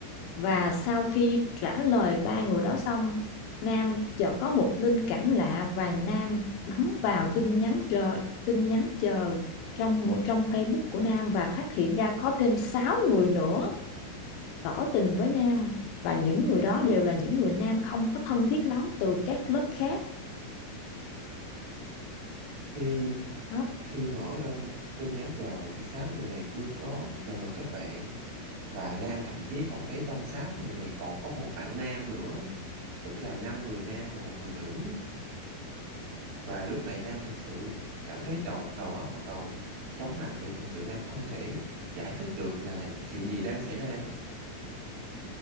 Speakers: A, on the left; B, on the right.
A: và sau khi trả lời ba người đó xong, Nam chợt có một linh cảm lạ và Nam bấm vào tin nhắn chờ tin nhắn chờ trong trong Facebook của Nam và phát hiện ra có thêm 6 người nữa tỏ tình với nam và những người đó đều là những người nam không có thân thiết lắm từ các lớp khác
B: Khi
A: đó.
B: khi mở lên tin nhắn chờ thì sáu người này chưa có lời mời kết bạn và nam thậm chí còn thấy trong sáu người này còn có một bạn nam nữa tức là năm người nam và một người nữ và lúc này nam thực sự cảm thấy đầu đầu óc bắt đầu chóng mặt vì thực sự nam không thể giải thích được là chuyện gì đang xảy ra